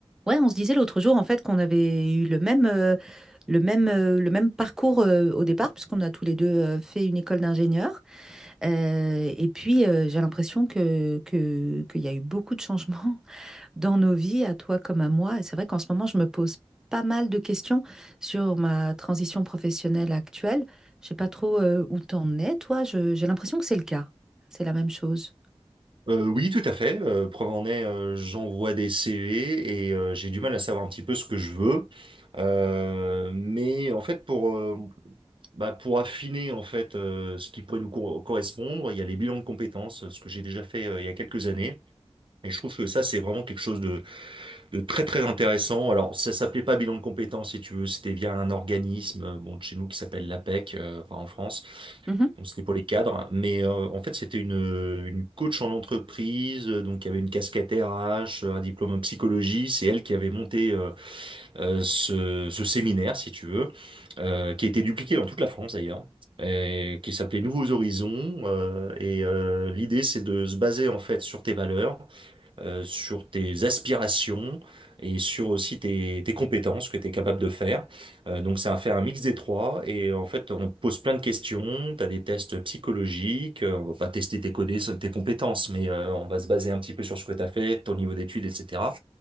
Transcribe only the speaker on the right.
Euh, oui, tout à fait. Euh, preuve en est, euh, j'envoie des CV et euh, j'ai du mal à savoir un petit peu ce que je veux. Euh, mais en fait, pour euh, bah, pour affiner en fait euh, ce qui pourrait nous co- correspondre, il y a les bilans de compétences, ce que j'ai déjà fait euh, il y a quelques années. Et je trouve que ça, c'est vraiment quelque chose de, de très très intéressant. Alors, ça s'appelait pas bilan de compétences, si tu veux, c'était via un organisme, euh, bon, de chez nous qui s'appelle l'APEC, euh, enfin, en France.
Donc, C'était pour les cadres, mais euh, en fait c'était une, une coach en entreprise, euh, donc il y avait une casquette RH, un diplôme en psychologie, c'est elle qui avait monté euh, euh, ce, ce séminaire, si tu veux, euh, qui a été dupliqué dans toute la France d'ailleurs, et qui s'appelait Nouveaux Horizons. euh, et euh, l'idée c'est de se baser en fait sur tes valeurs euh, sur tes aspirations et sur aussi tes, tes compétences que tu es capable de faire. Euh, donc c'est a faire un mix des trois et en fait on te pose plein de questions, tu as des tests psychologiques, euh, on va pas tester tes codés, tes compétences, mais euh, on va se baser un petit peu sur ce que tu as fait, ton niveau d'études, etc.